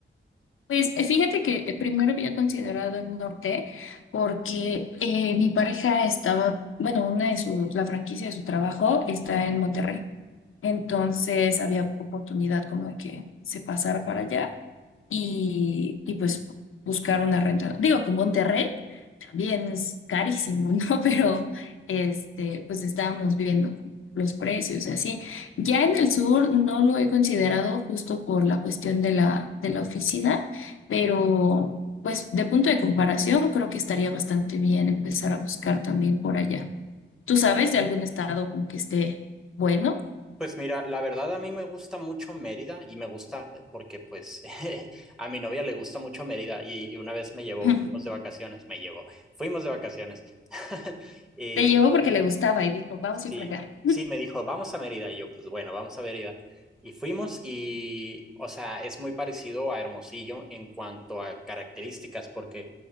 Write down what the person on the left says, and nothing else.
Pues eh, fíjate que eh, primero había considerado el norte porque eh, mi pareja estaba, bueno, una de sus, la franquicia de su trabajo está en Monterrey. Entonces había oportunidad como de que se pasara para allá y, y pues buscar una renta. Digo, con Monterrey Bien, es carísimo, ¿no? <laughs> Pero este, pues estábamos viendo los precios así. Ya en el sur no lo he considerado justo por la cuestión de la, de la oficina, pero pues de punto de comparación creo que estaría bastante bien empezar a buscar también por allá. ¿Tú sabes de algún estado con que esté bueno?
<laughs>
Te llevó porque le gustaba y dijo, vamos
a ir para acá.